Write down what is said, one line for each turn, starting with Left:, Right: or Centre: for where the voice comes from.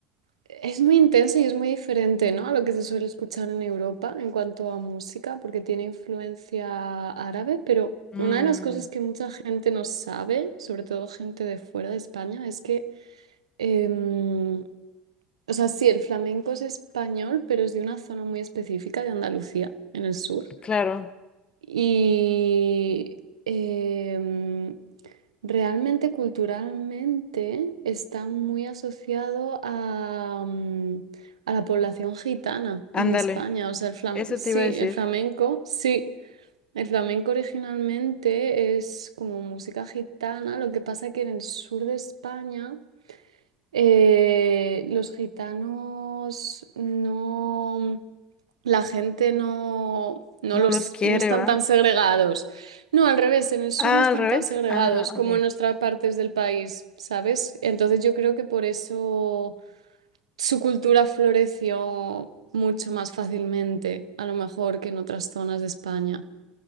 Right: es muy intenso y es muy diferente, ¿no? A lo que se suele escuchar en Europa en cuanto a música, porque tiene influencia árabe, pero
Left: Mm,
Right: una de las cosas que mucha gente no sabe, sobre todo gente de fuera de España, es que Em, o sea, sí, el flamenco es español, pero es de una zona muy específica de Andalucía, en el sur.
Left: claro,
Right: Y em, realmente culturalmente está muy asociado a, mm, a la población gitana
Left: ándale,
Right: en España. O sea, el flam-
Left: eso
Right: sí,
Left: te iba a decir.
Right: el flamenco, sí. El flamenco originalmente es como música gitana, lo que pasa que en el sur de España eh, los gitanos no, la gente no, no
Left: No
Right: los,
Left: los quiere,
Right: no están
Left: ¿va?
Right: tan segregados. No, al revés, en el sur
Left: Ah,
Right: no están
Left: al revés.
Right: tan segregados
Left: Ah,
Right: como
Left: ok.
Right: en otras partes del país, ¿sabes? Entonces yo creo que por eso su cultura floreció mucho más fácilmente, a lo mejor que en otras zonas de España.